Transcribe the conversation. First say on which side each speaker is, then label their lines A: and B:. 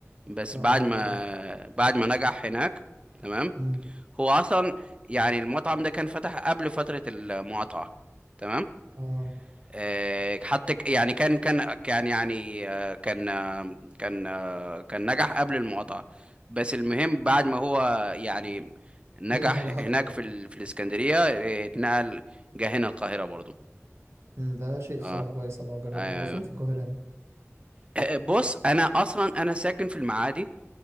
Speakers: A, on the right; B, on the right.
A: بس
B: لا
A: بعد
B: اول
A: ما
B: مرة ده
A: بعد ما نجح هناك تمام
B: امم
A: هو اصلا يعني المطعم ده كان فتح قبل فترة المقاطعة تمام
B: اه
A: آه، حتى ك- يعني كان كان كان يعني آه، كان آه، كان آه، كان نجح قبل المقاطعة بس المهم بعد ما هو يعني نجح
B: نجح نجح
A: هناك
B: اكتر
A: في
B: يعني
A: ال... في الإسكندرية آه، اتنقل جه هنا القاهرة برضو
B: امم ده شيء الصراحة
A: اه
B: كويس ابقى اجربه
A: آه.
B: هو فين في القاهرة يعني
A: آه، بص انا اصلا انا ساكن في المعادي